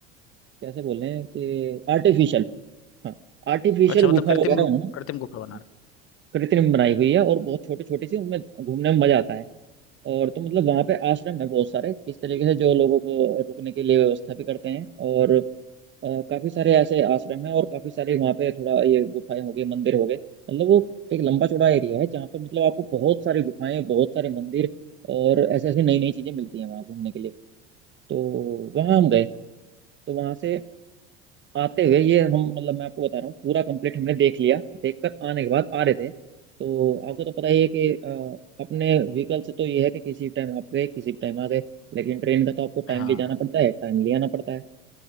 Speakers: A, on the right; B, on the left.
A: कैसे बोल रहे हैं कि आर्टिफिशियल हाँ आर्टिफिशियल
B: अच्छा मतलब
A: गुफा
B: कृत्रिम
A: वगैरह
B: रूप
A: उन्होंने
B: कृत्रिम गुफा बना
A: हाँ, कृत्रिम बनाई हुई है और बहुत छोटी छोटी सी उनमें घूमने में मजा आता है और तो मतलब वहाँ पे आश्रम है बहुत सारे इस तरीके से जो लोगों को रुकने के लिए व्यवस्था भी करते हैं और अ, काफी सारे ऐसे आश्रम है और काफी सारे वहाँ पे थोड़ा ये गुफाएं हो गई मंदिर हो गए मतलब वो एक लंबा चौड़ा एरिया है जहाँ पर मतलब आपको बहुत सारी गुफाएं बहुत सारे मंदिर और ऐसे ऐसे नई नई चीजें मिलती हैं वहाँ घूमने के लिए तो वहाँ हम गए तो वहाँ से आते हुए ये हम मतलब मैं आपको बता रहा हूँ पूरा कंप्लीट हमने देख लिया देखकर आने के बाद आ रहे थे तो आपको तो पता ही है कि अ, अपने व्हीकल से तो ये है कि किसी टाइम आप गए किसी टाइम आ गए लेकिन ट्रेन का तो आपको टाइमली
B: रहा है। हाँ
A: जाना पड़ता है टाइमली आना पड़ता है